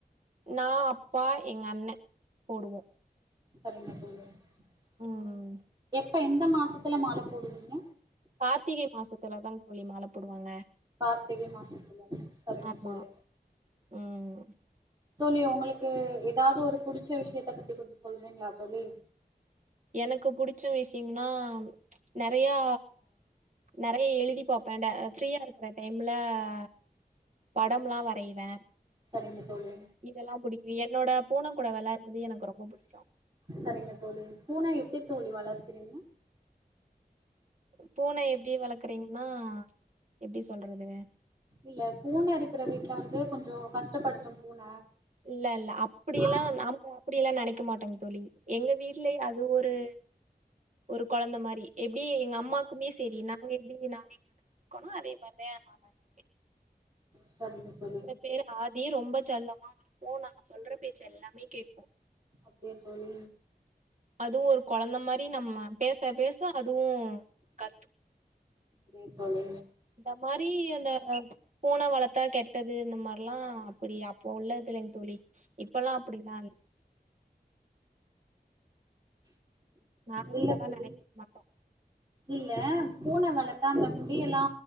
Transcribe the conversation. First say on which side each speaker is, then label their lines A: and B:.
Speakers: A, on the right; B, on the right.
A: நா அப்பா எங்க அண்ண போடுவோ
B: சரிங்க தோழி
A: ம்.
B: அவுங்க எப்ப எந்த மாசத்துல மால போடுவீங்க
A: கார்த்திகை மாசத்துலதாங் தோழி மால போடுவாங்க
B: கார்த்திகை மாசத்துல சரிங்க
A: ஆமா.
B: தோழி
A: ம்.
B: தோழி ஒங்களுக்கு எதாவ்து ஒரு புடிச்ச விஷயத்தப்பத்தி கொஞ்ச சொல்றீங்ளா தோழி
A: எனக்கு புடிச்ச விஷயம்னா நெறையா நெறைய எழுதி பாப்பேன் ட ஃப்ரீயா இருக்குற டைம்ல ஆ படம்லா வரையில
B: சரிங்க தோழி
A: இதெல்லா புடிக்கும்என்னோட பூனக்கூட வெளாட்றது எனக்கு ரொம்ப புடிக்கு
B: செரிங்க தோழி பூன எப்டி தோழி வளக்குறீங்க
A: பூன எப்டி வளர்க்குறீங்கன்னா எப்டி சொல்றது
B: இல்ல பூன இருக்கிற வீட்ல வந்து கொஞ்சோ கஷ்டப்படுத்தும் பூன
A: இல்லல்ல அப்டியெல்லா
B: ஆ
A: நாம அப்டியெல்லா நெனைக்க மாட்டோங்க தோழி எங்க வீட்லயே அது ஒரு ஒரு கொழந்தமாரி எப்டி எங்க அம்மாக்குமே செரி நாங்க எப்டி நானே வளக் குறங்களோ அதே மாரிதா ஏ <unintelligible>
B: செரிங்க தோழி
A: பேரு ஆதி ரொம்ப செல்லமா வளப்போ நாங்க சொல்ற பேச்ச எல்லாமே கேக்கு
B: அப்டியே தோழி
A: அதுவொரு கொழந்த மாரி நம்ம பேச பேச அதுவு கத்து
B: அப்டியா தோழி
A: இந்த மாரி அந்த பூன வளத்தா கெட்டது இந்த மாரிலா அப்டி அப்ப உள்ளதில்லிங்க தோழி இப்பல்லா அப்டி மாரி நாங்க
B: இல்ல
A: அதெல்லா
B: தோழி
A: நெனைக்க மாட்டோ
B: இல்ல பூன வளத்தா அந்த முடியெல்லா